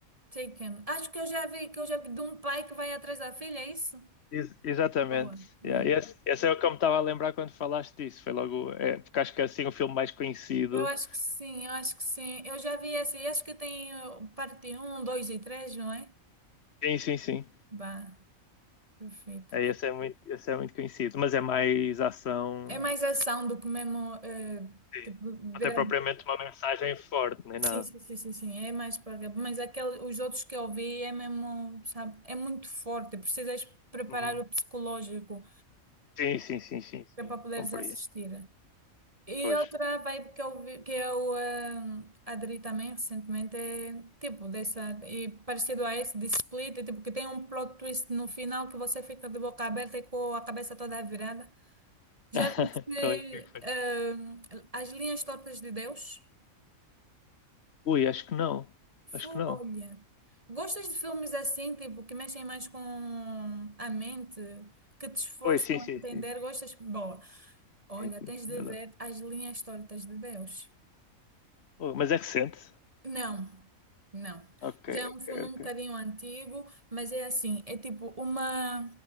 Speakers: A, on the right; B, on the left.
A: Taken. Acho que eu já vi, que eu já vi de um pai que vai atrás da filha, é isso?
B: Ex- exatamente.
A: Boa. Hum.
B: Yeah, esse, esse é o que eu me estava a lembrar quando falaste disso. Foi logo, é, porque acho que é assim o filme mais conhecido.
A: Eu acho que sim, eu acho que sim. Eu já vi essa, e acho que tem eh, parte um 2 e três não é?
B: Sim, sim, sim.
A: Bah, perfeito.
B: É, esse é muito, esse é muito conhecido, mas é mais ação.
A: É mais ação do que mesmo, eh,
B: Sim.
A: tipo,
B: Até
A: virar.
B: propriamente uma mensagem forte, nem nada.
A: Sim, sim, sim, sim, sim, é mais para. Mas aquele, os outros que eu vi é mesmo, sabe, é muito forte. é Precisas preparar
B: Uhum.
A: o psicológico
B: Sim, sim, sim, sim, sim.
A: que é para poderes
B: Compraria.
A: assistir. E
B: Pois.
A: outra vibe que eu, vi- que eu eh, aderi também recentemente é tipo dessa, e parecido a esse de Split, é, tipo que tem um plot twist no final que você fica de boca aberta e com a cabeça toda virada.
B: <laughs>
A: Já viste
B: Qual é que é foi?
A: eh, As Linhas Tortas de Deus?
B: Ui, acho que não.
A: Fu-
B: Acho que não.
A: Olha, gostas de filmes assim, tipo, que mexem mais com a mente, que te esforçam
B: Ui, sim, sim,
A: a entender?
B: sim.
A: Gostas? Boa. Olha,
B: sim, sim,
A: tens
B: sim.
A: de
B: Adoro.
A: ver As Linhas Tortas de Deus.
B: Ui, mas é recente.
A: Não, não.
B: Ok,
A: Já é um filme um
B: ok,
A: bocadinho antigo, mas é assim, é tipo uma...